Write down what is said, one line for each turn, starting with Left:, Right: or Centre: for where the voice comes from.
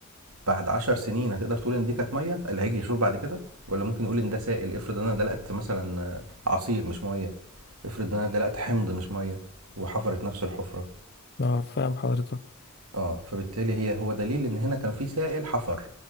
Right: بعد 10 سنين هتقدر تقول ان دي كانت ميه اللي هيجي يشوف بعد كده ولا ممكن يقول ان ده سائل افرض انا دلقت مثلا آه، عصير مش ميه افرض انا دلقت حمض مش ميه وحفرت نفس الحفره
Left: اه فاهم حضرتك
Right: اه فبالتالي هي هو دليل ان هنا كان في سائل حفر